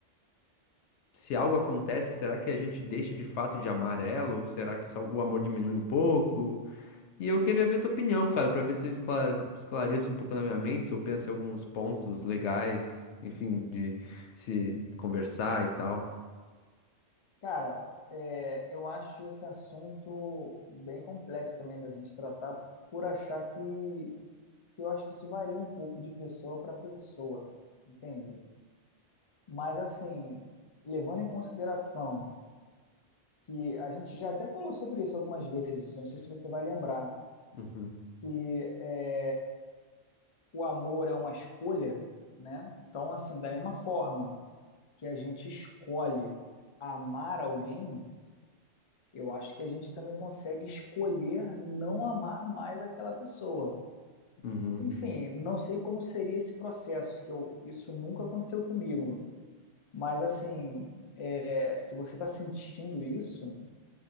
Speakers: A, on the left; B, on the left.
A: Se algo acontece, será que a gente deixa de fato de amar ela? Ou será que só o amor diminui um pouco? E eu queria ver tua opinião, cara, pra ver se eu esclar- esclareço um pouco na minha mente, se eu penso em alguns pontos legais, enfim, de se conversar e tal.
B: cara, é, eu acho esse assunto bem complexo também da gente tratar, por achar que, que eu acho que isso varia um pouco de pessoa para pessoa, entende? Mas, assim, levando em consideração que a gente já até falou sobre isso algumas vezes, eu não sei se você vai lembrar,
A: Uhum,
B: que é, o amor é uma escolha, né? Então, assim, da mesma forma. que a gente escolhe amar alguém, eu acho que a gente também consegue escolher não amar mais aquela pessoa.
A: uhum,
B: Enfim, não sei como seria esse processo, que eu, isso nunca aconteceu comigo. Mas assim, é, se você está sentindo isso,